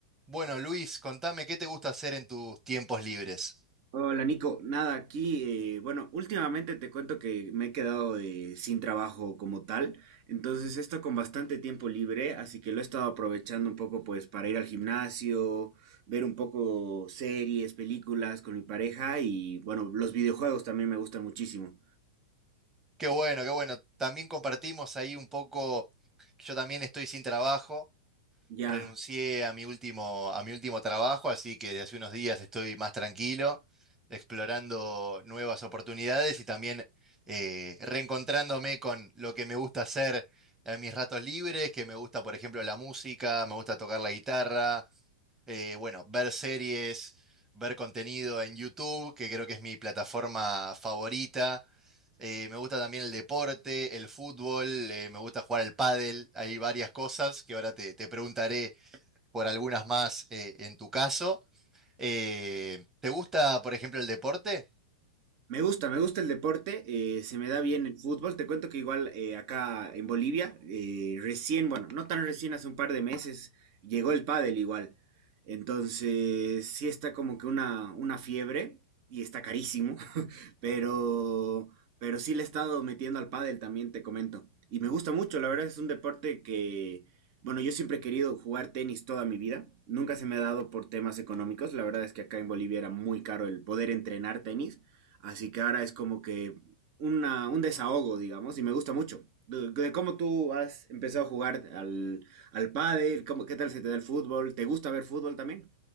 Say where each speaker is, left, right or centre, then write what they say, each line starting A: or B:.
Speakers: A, on the right; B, on the right.
A: Bueno, Luis, contame qué te gusta hacer en tus tiempos libres.
B: Hola Nico, nada aquí. eh, bueno, últimamente te cuento que me he quedado eh, sin trabajo como tal, entonces esto con bastante tiempo libre, así que lo he estado aprovechando un poco pues para ir al gimnasio, ver un poco series, películas con mi pareja y bueno, los videojuegos también me gustan muchísimo.
A: Qué bueno, qué bueno. También compartimos ahí un poco, yo también estoy sin trabajo,
B: Ya.
A: renuncié a mi último, a mi último trabajo, así que desde hace unos días estoy más tranquilo, explorando nuevas oportunidades y también eh, reencontrándome con lo que me gusta hacer en mis ratos libres, que me gusta, por ejemplo, la música, me gusta tocar la guitarra, eh, bueno, ver series, ver contenido en YouTube, que creo que es mi plataforma favorita. Eh, me gusta también el deporte, el fútbol, eh, me gusta jugar al pádel. Hay varias cosas que ahora te, te preguntaré por algunas más eh, en tu caso. Eh, ¿te gusta, por ejemplo, el deporte?
B: Me gusta, me gusta el deporte, eh, se me da bien el fútbol. Te cuento que igual eh, acá en Bolivia, eh, recién, bueno, no tan recién, hace un par de meses, llegó el pádel igual. Entonces, sí está como que una, una fiebre y está carísimo, <laughs> pero, pero sí le he estado metiendo al pádel también, te comento. Y me gusta mucho, la verdad es un deporte que, bueno, yo siempre he querido jugar tenis toda mi vida. Nunca se me ha dado por temas económicos. La verdad es que acá en Bolivia era muy caro el poder entrenar tenis. Así que ahora es como que una, un desahogo, digamos, y me gusta mucho. De, de cómo tú has empezado a jugar al, al pádel, cómo, qué tal se te da el fútbol, ¿te gusta ver fútbol también?